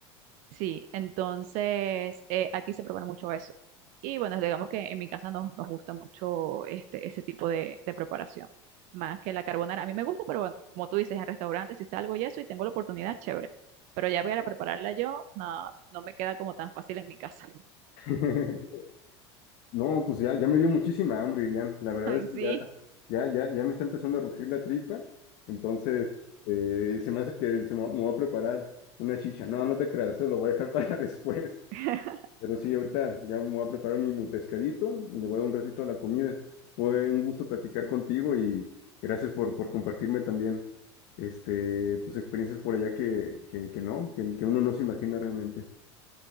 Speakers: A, on the right; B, on the left.
A: sí. Entonces, eh, aquí se prepara mucho eso. Y bueno, digamos que en mi casa nos, nos gusta mucho este, ese tipo de, de preparación, más que la carbonara. A mí me gusta, pero bueno, como tú dices, en restaurantes, si salgo y eso y tengo la oportunidad, chévere. Pero ya para prepararla yo, no, no, no me queda como tan fácil en mi casa. <laughs>
B: <laughs> No, pues ya, ya me dio muchísima hambre, Irian. La verdad
A: Ay,
B: es que
A: sí.
B: ya, ya, ya, ya me está empezando a rugir la tripa. Entonces, eh, se me hace que se me, me voy a preparar una chicha. No, no te creas, eso lo voy a dejar <laughs> para después.
A: <laughs>
B: Pero sí, ahorita ya me voy a preparar mi, mi pescadito y le voy a dar un ratito a la comida. Fue un gusto platicar contigo y gracias por, por compartirme también este, pues experiencias por allá que, que, que no, que, que uno no se imagina realmente.